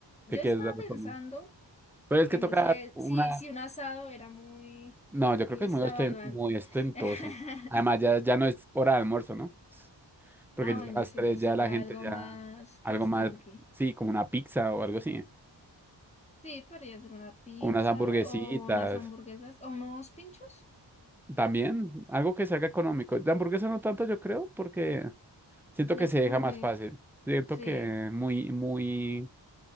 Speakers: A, on the left; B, in the centre.
A: Yo
B: ¿qué quieres
A: estaba
B: darle
A: pensando
B: conmigo? Pero es
A: que
B: que tocar
A: no sé
B: una.
A: si, si un asado era muy,
B: No, yo creo
A: muy
B: que
A: extravagante.
B: es muy, osten- muy ostentoso.
A: <laughs>
B: Además, ya, ya no es hora de almuerzo, ¿no? Porque
A: Ah,
B: ya
A: bueno,
B: a las
A: sí,
B: tres
A: entonces
B: ya
A: toca
B: la gente
A: algo
B: ya
A: más,
B: algo
A: más
B: más,
A: tranqui.
B: sí, como una pizza o algo así,
A: Sí, podría ser una pizza
B: o unas hamburguesitas.
A: o unas hamburguesas o unos pinchos.
B: También algo que se haga económico. De hamburguesa no tanto, yo creo, porque siento
A: Ya
B: que
A: es
B: se
A: como
B: deja
A: muy.
B: más fácil. Siento
A: Sí,
B: que muy, muy,